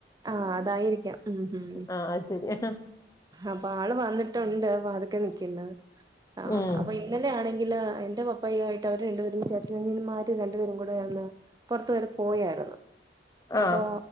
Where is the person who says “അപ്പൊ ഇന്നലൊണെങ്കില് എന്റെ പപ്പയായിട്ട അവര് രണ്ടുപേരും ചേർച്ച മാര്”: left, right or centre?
Right